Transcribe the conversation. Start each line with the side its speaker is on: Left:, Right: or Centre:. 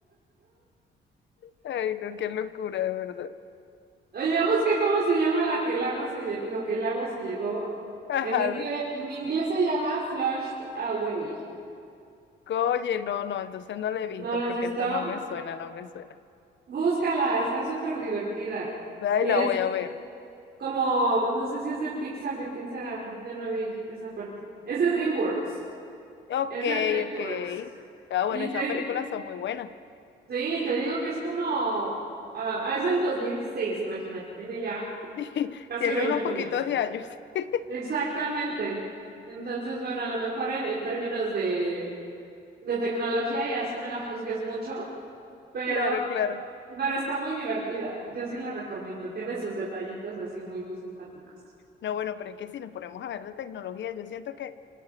Left: Ay, no, qué locura, de verdad.
Right: Oye, ya busqué cómo se llama la que el agua se lle- lo que el agua se llevó.
Left: Ajá,
Right: En inglés,
Left: lo-
Right: en inglés se llama Flushed Away.
Left: oye, no, no, entonces no la he visto
Right: ¿No la
Left: porque
Right: has visto?
Left: eso no me suena, no me suena.
Right: Búscala, está súper divertida.
Left: Ay,
Right: Y
Left: la
Right: es
Left: voy a ver.
Right: como, no sé si es de Pixar, de quién será, ya no vi esa parte. Es de DreamWorks,
Left: Ok,
Right: es de DreamWorks.
Left: ok. Ah, bueno,
Right: Y
Left: esas
Right: te,
Left: películas son muy buenas.
Right: Sí, te digo que es como, ah, ah, es del 2006. imagínate, tiene ya
Left: <laughs>
Right: casi
Left: Tiene
Right: 20
Left: unos poquitos
Right: años.
Left: de años. <laughs>
Right: Exactamente. Entonces, bueno, a lo mejor en, en términos de, de tecnología y así no la juzgues mucho, pero,
Left: Claro, claro.
Right: pero está muy divertida. Yo sí la recomiendo. Tiene sus detallitos así muy, muy simpáticos.
Left: No, bueno, pero es que si nos ponemos a ver de tecnología, yo siento que